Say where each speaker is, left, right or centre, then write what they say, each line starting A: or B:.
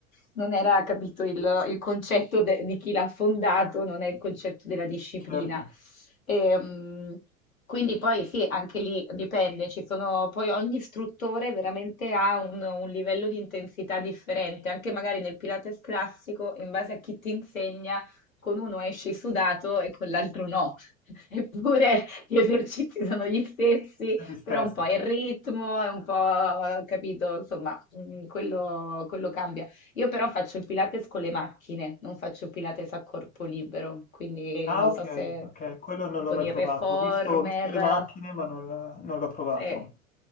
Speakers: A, on the left; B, on the left.
A: non era capito il, il concetto de- di chi l'ha fondato, non è il concetto della disciplina.
B: certo,
A: Ehm, quindi poi sì, anche lì dipende, ci sono, poi ogni istruttore veramente ha un, un livello di intensità differente, anche magari nel Pilates classico, in base a chi ti insegna, con uno esci sudato e con l'altro no, <laughs> eppure gli esercizi sono gli stessi,
B: gli stessi.
A: però un po' il ritmo, è un po', capito, insomma, mm, quello quello cambia. Io però faccio il Pilates con le macchine, non faccio Pilates a corpo libero, quindi
B: Ah,
A: non
B: ok,
A: so se,
B: ok, quello
A: se
B: non l'ho
A: con
B: mai
A: il
B: provato.
A: reformer,
B: Ho visto, ho visto le macchine, ma non, non l'ho provato.
A: se,